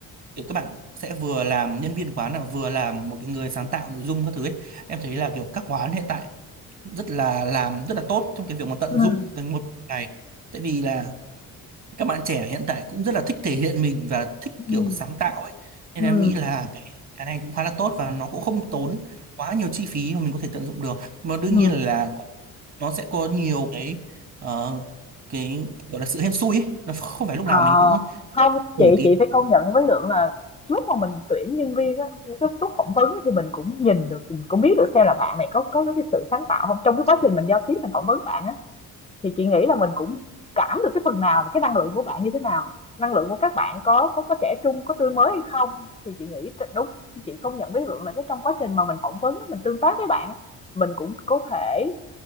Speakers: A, on the right; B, on the left.
A: kiểu các bạn sẽ vừa làm nhân viên quán là vừa làm một cái người sáng tạo nội dung các thứ ấy em thấy là kiểu các quán hiện tại rất là làm rất là tốt trong cái việc mà tận
B: ừm,
A: dụng cái nguồn này tại vì là các bạn trẻ hiện tại cũng rất là thích thể hiện mình và thích kiểu
B: ừm,
A: sáng tạo ấy nên
B: ừm,
A: em nghĩ là cái cái này cũng khá là tốt và nó cũng không tốn quá nhiều chi phí mà mình có thể tận dụng được mà đương
B: ừm.
A: nhiên là nó sẽ có nhiều cái ờ, cái gọi là sự hên xui ấy nó không phải lúc
B: Ờ,
A: nào mình cũng
B: không,
A: nổi
B: chị
A: tiếng
B: chị phải công nhận với Lượng là lúc mà mình tuyển nhân viên á, cái lúc phỏng vấn á, thì mình cũng nhìn được, mình cũng biết được xem là bạn này có có cái sự sáng tạo không. Trong cái quá trình mình giao tiếp mình phỏng vấn bạn á, Thì chị nghĩ là mình cũng cảm được cái phần nào là cái năng lượng của bạn như thế nào, năng lượng của các bạn có có có trẻ trung, có tươi mới hay không. Thì chị nghĩ đúng, chị công nhận với Vượng là cái trong quá trình mà mình phỏng vấn, mình tương tác với bạn, mình cũng có thể